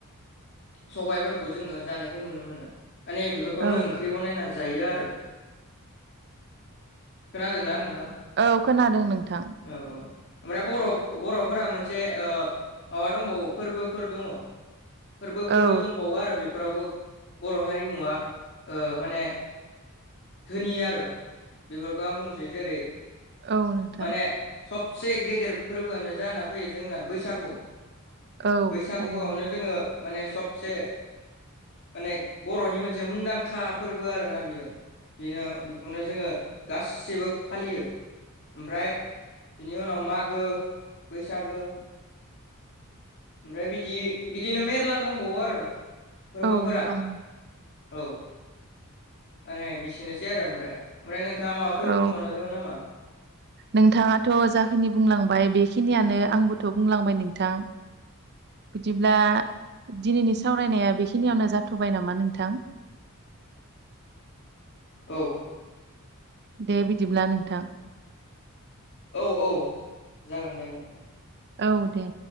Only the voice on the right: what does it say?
औ
औ खोनादों नोंथां
औ
औ नोंथां
औ
थारैनो
औ दं
औ
नोंथाङाथ जाखिनि बुंलांबाय बेखिनियानो आंबोथ बुंलांबाय नोंथां बिदिब्ला दिनैनि सावरायनाया बेखिनियावनो जाथबाय नामा नोंथां
दे बिदिब्ला नोंथां
औ दे